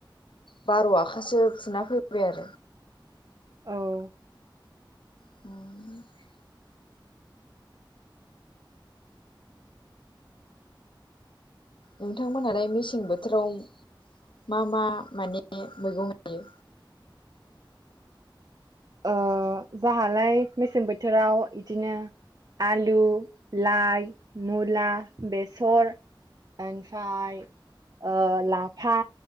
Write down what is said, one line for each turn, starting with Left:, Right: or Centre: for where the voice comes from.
Left: बार' आखासो फुना फैबाय आरो।
Right: औ
Left: उम नोंथांमोनहालाय मेसें बोथोराव मा मा माने मैगं गायो?
Right: ओ जाहालाय मेसें बोथोराव इदिनो आलु लाय मुला बेसर ओमफाय ओ लाफा